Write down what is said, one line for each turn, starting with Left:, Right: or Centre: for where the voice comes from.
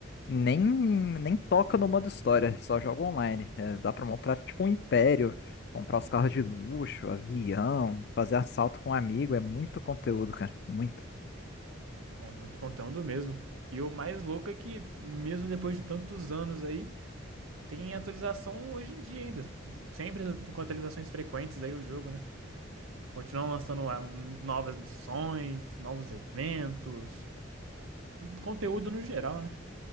Left: nem, nem tocam no modo história, só jogam online. É, dá pra montar, tipo, um império, comprar os carros de luxo, avião, fazer assalto com um amigo, é muito conteúdo, cara, muito
Right: É muito conteúdo mesmo. E o mais louco é que, mesmo depois de tantos anos aí, tem atualização hoje em dia ainda. Sempre com atualizações frequentes aí o jogo, né? Continuam lançando ah, novas missões, novos eventos, conteúdo no geral, né?